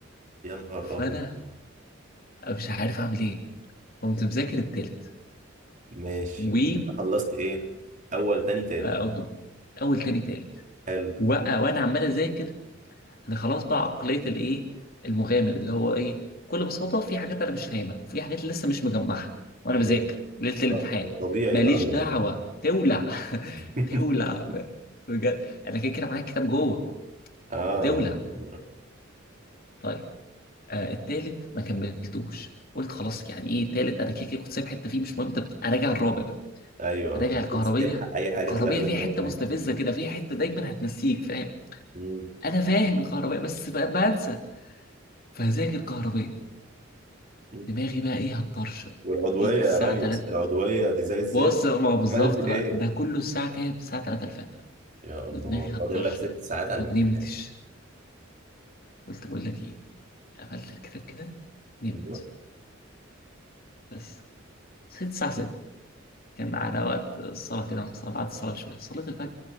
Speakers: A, on the right (about 40°); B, on the left (about 50°).
A: يا نهار
B: فانا
A: أبيض
B: مش عارف اعمل ايه قمت مذاكر التالت
A: ماشي
B: و
A: خلصت إيه؟ أول تاني تالت
B: آه، اول تاني تالت
A: حلو
B: وبقى وانا عمال اذاكر انا خلاص بقى عقليه الايه المغامر اللي هو ايه بكل بساطه في حاجات انا مش فاهمها وفي حاجات لسه مش مجمعها وانا
A: ماشي
B: بذاكر ليله الامتحان
A: آه، طبيعي
B: ماليش
A: أه يعني
B: دعوه تولع <laughs>
A: <laughs>
B: تولع ب- بجد انا كده كده معايا الكتاب جوه
A: آه آه.
B: هتولع طيب آه التالت ما كملتوش قلت خلاص يعني ايه التالت انا كده كده كنت سايب حته فيه مش مهم طب اراجع الرابع
A: أيوه
B: اراجع الكهربيه
A: عايز تلحق أي حاجة
B: الكهربيه
A: تلملم
B: فيها حته
A: أي
B: مستفزه
A: حاجة
B: كده فيها حته دايما هتنسيك فاهم
A: مم.
B: انا فاهم الكهربائي بس ب- بنسى فهذاكر كهربائي
A: مم.
B: دماغي بقى ايه هتطرشق
A: والعضوية
B: جيت الساعة
A: يا ريس
B: 3
A: العضوية دي زي الزفت
B: بص ما هو بالظبط
A: عملت إيه؟
B: بقى ده كله الساعة كام؟ الساعة 3 الفجر
A: يا الله
B: ودماغي هتطرشق
A: فاضل لك ست ساعات على
B: ما
A: الامتحان
B: نمتش قلت بقول لك ايه قفلت الكتاب كده نمت
A: أيوه
B: بس صحيت الساعة 6 كان على وقت الصلاة كده مثلا بعد الصلاة بشوية صليت الفجر